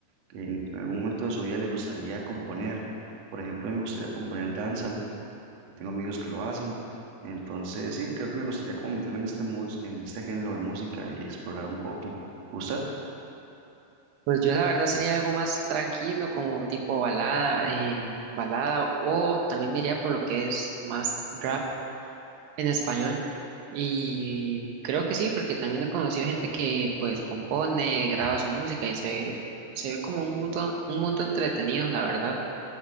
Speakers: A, on the right; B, on the right.
A: que en, en algún momento de su vida le gustaría componer. Por ejemplo, a mí me gustaría componer dancehall, y tengo amigos que lo hacen. Entonces, sí, creo que me gustaría como meterme en este, mus- en este género de música y explorar un poco. ¿Usted?
B: Pues yo la verdad sería algo más tranquilo, como tipo balada, eh, balada, o también me iría por lo que es más rap, en español. Y creo que sí, porque también he conocido gente que pues compone, graba su música y se, se ve como un mundo, un mundo entretenido, la verdad.